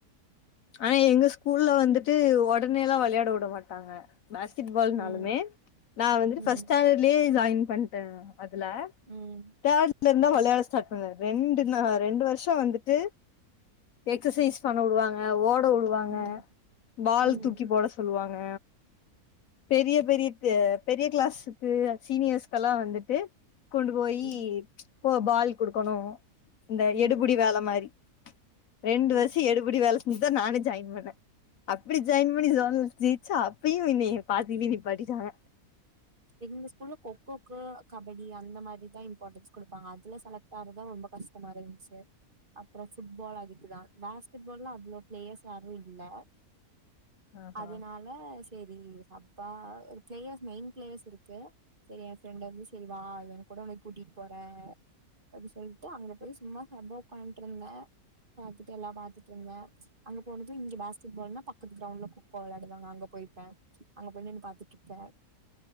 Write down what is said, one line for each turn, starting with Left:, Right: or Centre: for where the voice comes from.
Left: ஆனா எங்க ஸ்கூல்ல வந்துட்டு ஒடனேலா வெளையாடவுட மாட்டாங்க பேஸ்கெட்பால் நால்
Right: ம்
Left: மே நா வந்துட்டு
Right: ம்
Left: ஃபஸ்ட் ஸ்டாண்டர்ட்லே ஜாயின் பண்ட்டே அதுல
Right: ம்
Left: தேர்ட்லருந்து தா வெளையாட ஸ்டார்ட் பண்ணே ரெண்டு நா ரெண்டு வர்ஷ வந்துட்டு எக்ஸசைஸ் பண்ண வுடுவாங்க ஓட வுடுவாங்க
Right: ம்
Left: பால்
Right: ம்
Left: தூக்கி போட சொல்லுவாங்க பெரிய பெரிய கு பெரிய கிளாஸுக்கு அ சீனியர்ஸ்க்கெல்லா வந்துட் டு கொண்டு போயி
Right: ம்
Left: போ பால் குடுக்கணு இந்த
Right: ம்
Left: எடுபுடி வேல மாரி ரெண்டு
Right: ம்
Left: வர்ஷ எடுபுடி வேல செஞ்சுதா நானே ஜாயின் பண்ணே அப்பிடி ஜாயின் பண்ணி ஜோனல்ஸ ஜெய்ச்சா அப்பயு என்னய பாதிலே நிப்பாட்டிட்டாங்க
Right: எங்க ஸ்கூல்ல கொக்கோக்கு கபடி அந்த மாரிதா இம் பார்ட்டன்ஸ் குடுப்பாங்க அதுல செலக்ட் ஆறதா ரொம்ப கஷ்டமா இருந்துச்சு அப்ற ஃபுட்பால் அதுக்குதா பேஸ்கெட்பால்லா அவ்ளோ பிளேயர்ஸ் யாரு இல்ல
Left: ஆஹா
Right: அதனால சேரி சப்பா ஒரு பிளேயர் மெயின் பிளேயர்ஸ் இருக்கு சேரி எ ஃப்ரெண்டு வந்து சேரி வா எங்க்கூட உன்னய கூட்டிட்டு போறே அப்டி சொல்ட்டு அங்க போய் சும்மா சப்பா ஒக்கான்ட்ருந்தே பாத்துட்டு எல்லா பாத்துட்ருந்தே அங்க போனது இங்க பேஸ்கெட் பால்னா பக்கத்து கிரவ்ண்ட்ல கொக்கோ வெளாடுவாங்க அங்க போய் போய் பாத் அங்க போய் நின்னு பாத்துட்ருப்பே